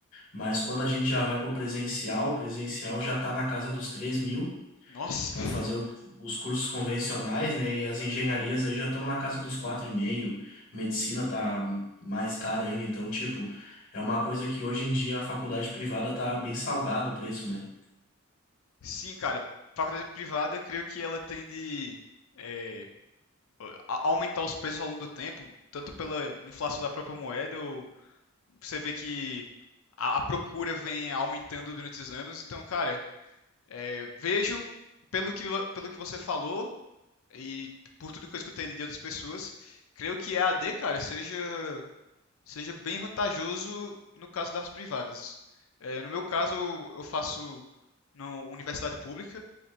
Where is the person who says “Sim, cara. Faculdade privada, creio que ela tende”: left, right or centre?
Left